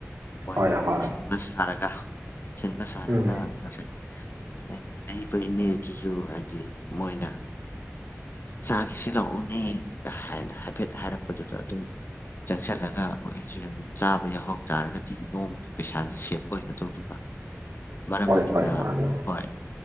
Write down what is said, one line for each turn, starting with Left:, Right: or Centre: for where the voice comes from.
Left: ꯃꯣꯏ
Right: ꯍꯣꯏ ꯍꯣꯏ
Left: ꯊꯤꯟꯕ ꯁꯥꯔꯒ ꯊꯤꯟꯕ ꯁꯥꯔꯒ
Right: ꯎꯝ
Left: ꯉꯁꯥꯏ <unintelligible> ꯏꯅꯦ ꯑꯗꯨꯁꯨ ꯍꯥꯏꯗꯤ ꯃꯣꯏꯅ ꯆꯥꯈꯤꯁꯤ ꯂꯥꯛꯑꯣꯅꯦ ꯍꯥꯏꯅ ꯍꯥꯏꯐꯦꯠ ꯍꯥꯏꯔꯛꯄꯗꯨꯗ ꯑꯗꯨꯝ ꯆꯪꯁꯜꯂꯒ ꯑꯩꯈꯣꯢꯁꯨ ꯆꯥꯕ ꯌꯥꯎꯍꯧ ꯇꯥꯔꯒꯗꯤ ꯅꯣꯡꯃꯒꯤ ꯄꯩꯁꯥꯁꯦ ꯁꯦꯞ ꯑꯣꯏꯒꯗꯧꯔꯤꯕ ꯃꯔꯝ
Right: ꯍꯣꯏ
Left: ꯑꯗꯨꯅ
Right: ꯍꯣꯏ ꯃꯥꯅꯦ
Left: ꯍꯣꯏ